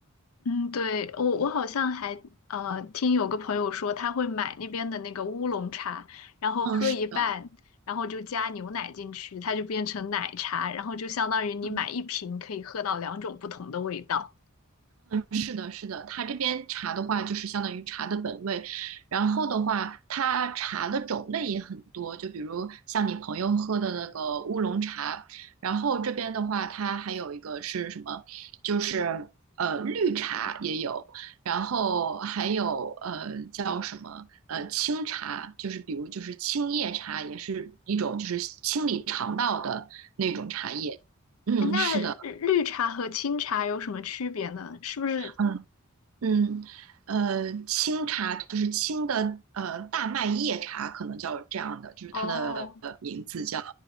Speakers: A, on the left; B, on the right.
A: 嗯，对，我我好像还呃听有个朋友说他会买那边的那个乌龙茶，然后喝一半，
B: 嗯，是的。
A: 然后就加牛奶进去，它就变成奶茶，然后就相当于你买一瓶可以喝到两种不同的味道。
B: 嗯，嗯是的，是的，它这边茶的话，就是相当于茶的本味，然后的话，它茶的种类也很多，就比如像你朋友喝的那个乌龙茶，然后这边的话，它还有一个是什么，就是呃绿茶也有，然后还有呃叫什么呃清茶，就是比如就是青叶茶，也是一种就是清理肠道的那种茶叶。嗯，
A: 哎，那绿茶和清茶有什么区别呢？
B: 是的。
A: 是不是？
B: 嗯。嗯，呃，清茶就是清的，呃，大麦叶茶可能叫这样的，就是它的呃名字叫，
A: 哦